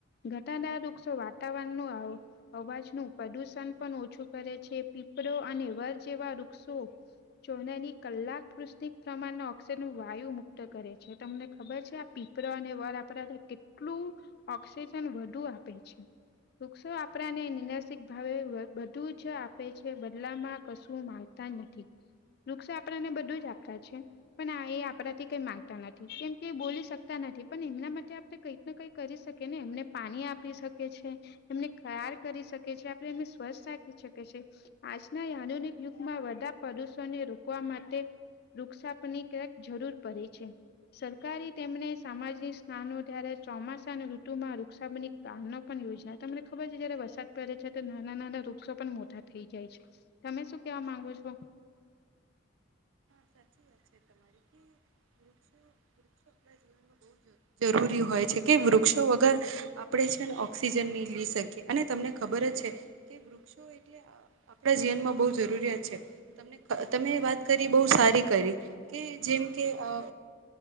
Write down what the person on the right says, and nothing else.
<unintelligible> જરૂરી હોય છે, કે વૃક્ષો વગર આપણે છે ને ઓક્સિજન ની લી શકીએ અને તમને ખબર જ છે, કે વૃક્ષો આપણા જીવનમાં બો જરૂરિયાત છે. તમને તેમે વાત બોવ સારી કરી કે જેમ કે અ